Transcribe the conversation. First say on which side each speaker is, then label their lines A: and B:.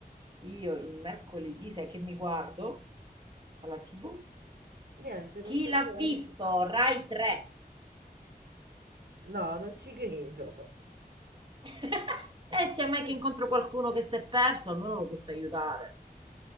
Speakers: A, on the right; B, on the right.
A: Io il mercoledì, sai che mi guardo alla TV?
B: niente,
A: Chi
B: non c'è
A: l'ha
B: niente.
A: visto? Rai 3.
B: No, non ci credo.
A: <laughs> E se mai
B: <laughs>
A: <laughs> che incontro qualcuno che si è perso, almeno lo posso aiutare.